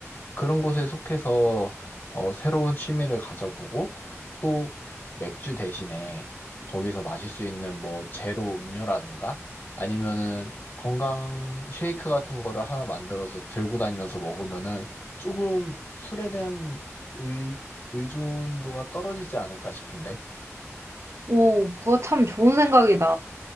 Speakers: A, on the left; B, on the right.
A: 그런 곳에 속해서 어, 새로운 취미를 가져보고 또 맥주 대신에 거기서 마실 수 있는 뭐 제로 음료라든가 아니면은 건강 쉐이크 같은 거를 하나 만들어서 들고 다니면서 먹으면은 조금 술에 대한 의, 의존도가 떨어지지 않을까 싶은데.
B: 오, 그거 참 좋은 생각이다.